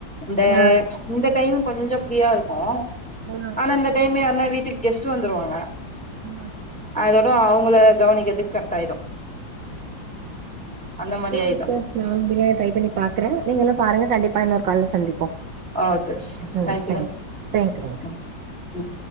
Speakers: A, in the centre; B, on the right.
A: இந்த
B: ஆ
A: இந்த டைம் கொஞ்சோ ஃப்ரீயா இருக்கு
B: ஆ
A: ஆனா இந்த டைமே யாருனா வீட்டுக்கு கெஸ்ட் வந்துருவாங்க
B: ஆ ஆ
A: அதோட அவுங்கள கவனிக்றதுக்கு கரெக்ட் ஆயிடு அந்த மாரி
B: ஒகே
A: ஆயிடு
B: சிஸ்டர் நா பிரியாணி ட்ரை பண்ணி பாக்குறே நீங்க எல்லா பாருங்க கண்டிப்பா இன்னொரு கால்ல சந்திப்போ
A: ஓகே சிஸ்டர்,
B: ம்
A: தேங்க்யூ,
B: தேங்க்ஸ் தேங்க்யூ.
A: ம் ம்.